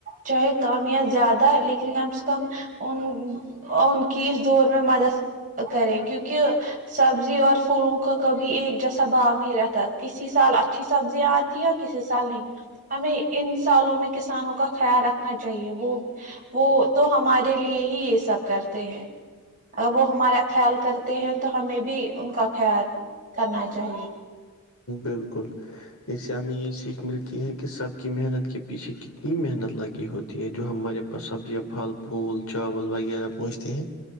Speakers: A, on the right; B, on the left.
A: چاہے کم یا زیادہ لیکن کم سے کم ان ان کی اس دو میں مدد کریں کیونکہ سبزی اور پھولوں کا کبھی ایک جیسا بھاؤ نہیں رہتا کسی سال اچھی سبزیاں آتی کسی سال نہیں ہمیں ان سالوں میں کسانوں کا خیال رکھنا چاہیے وہ وہ تو ہمارے لیے ہی یہ سب کرتے ہیں اگر وہ ہمارا خیال کرتے ہیں تو ہمیں بھی ان کا خیال کرنا چاہیے
B: بالکل جسے ہمیں یہ سیکھ ملتی ہے کہ سب کی محنت کے پیچھے کتنی محنت لگی ہوتی ہے جو ہمارے پ سبزیاں پھل پھول چاول وغیرہ پوچتے ہیں